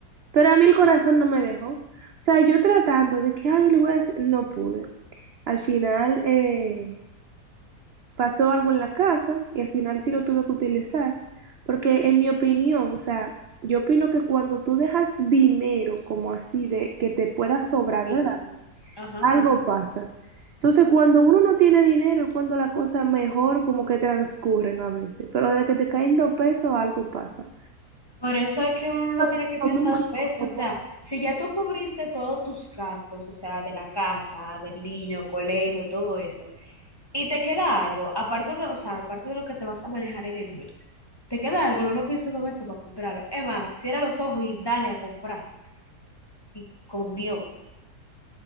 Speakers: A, on the right; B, on the left.
A: Pero a mí el corazón no me dejó. O sea, yo tratando de que, ay, lo voy a hacer, no pude. Al final eh, pasó algo en la casa y al final sí lo tuve que utilizar. Porque en mi opinión, o sea, yo opino que cuando tú dejas dinero como así de que te pueda sobrar,
B: Sí,
A: ¿verdad?
B: ajá.
A: Algo pasa. Entonces, cuando uno no tiene dinero es cuando las cosas mejor como que transcurren a veces, pero desde que te caen dos pesos, algo pasa.
B: Por eso es que uno lo tiene
A: <laughs>
B: que pensar dos veces, o sea, si ya tú cubriste todos tus gastos, o sea, de la casa, del niño, colegio, todo eso. Y te queda algo, aparte de, o sea, aparte de lo que te vas a manejar en el mes, te queda algo, no lo pienses dos veces para comprarlo. Es más, cierra los ojos y dale a comprar. Y con Dios.